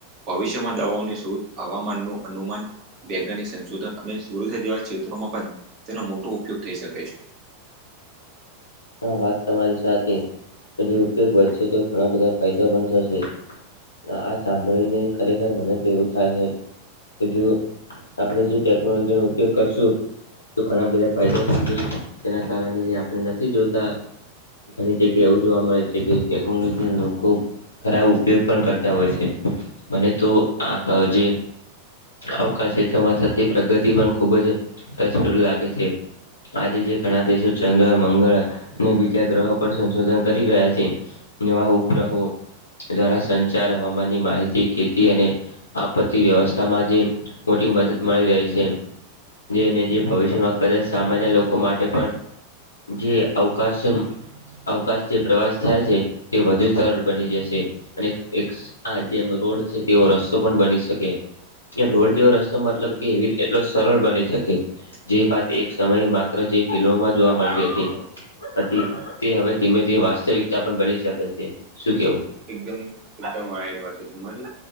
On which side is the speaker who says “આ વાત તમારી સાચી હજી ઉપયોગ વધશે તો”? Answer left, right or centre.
Left